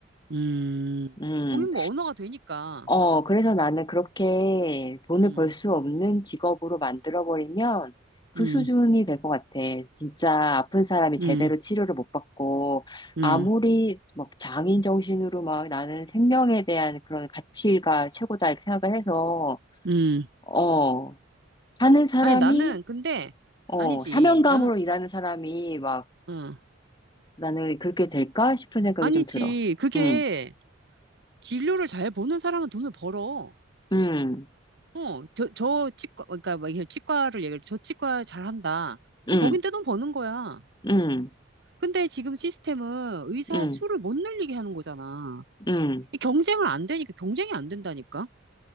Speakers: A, on the right; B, on the left.
A: 음.
B: 음.
A: 거긴 뭐 언어가 되니까.
B: 어, 그래서 나는 그렇게 돈을
A: 음,
B: 벌 수 없는 직업으로 만들어버리면 그
A: 음,
B: 수준이 될 것 같아. 진짜 아픈 사람이 제대로
A: 음,
B: 치료를 못 받고,
A: 음,
B: 아무리 막 장인 정신으로 막 나는 생명에 대한 그런 가치가 최고다 이렇게 생각을 해서,
A: 음.
B: 어, 하는 사람이,
A: 아니, 나는 근데
B: 어,
A: 아니지.
B: 사명감으로
A: 나는,
B: 일하는 사람이 막
A: 어.
B: 나는 그렇게 될까 싶은 생각이
A: 아니지.
B: 좀 들어.
A: 그게
B: 응,
A: 진료를 잘 보는 사람은 돈을 벌어.
B: 응,
A: 어, 저, 저 치과, 그러니까 막 이게 치과를 얘기저 치과 잘한다. 그럼
B: 응,
A: 거긴 떼돈 버는 거야.
B: 응,
A: 근데 지금 시스템은 의사
B: 응,
A: 수를 못 늘리게 하는 거잖아.
B: 응,
A: 이 경쟁을 안 되니까, 경쟁이 안 된다니까.